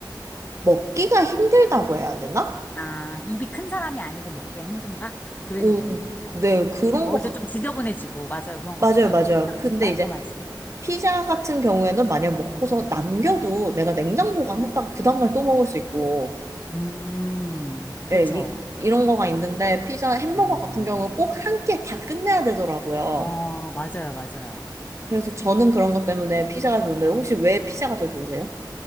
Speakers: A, on the right; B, on the left.
A: 먹기가 힘들다고 해야 되나?
B: 아, 입이 큰 사람이 아니고 먹기가 힘든가? 그래서
A: 음,
B: 그런 건가요?
A: 네, 그런
B: 먹을
A: 것 같,
B: 때 좀 지저분해지고, 맞아요. 그런
A: 맞아요,
B: 거 있어요.
A: 맞아요.
B: 피자가
A: 근데
B: 좀 깔끔하지.
A: 이제 피자 같은 경우에는 만약 먹고서 남겨도 내가 냉장 보관했다가 그 다음날 또 먹을 수 있고,
B: 음, 그쵸.
A: 예, 이, 이런 거가 있는데 피자, 햄버거
B: 음,
A: 같은 경우는 꼭 한 끼에 다 끝내야 되더라고요.
B: 어, 맞아요, 맞아요.
A: 그래서 저는 그런 것 때문에 피자가 좋은데 혹시 왜 피자가 더 좋으세요?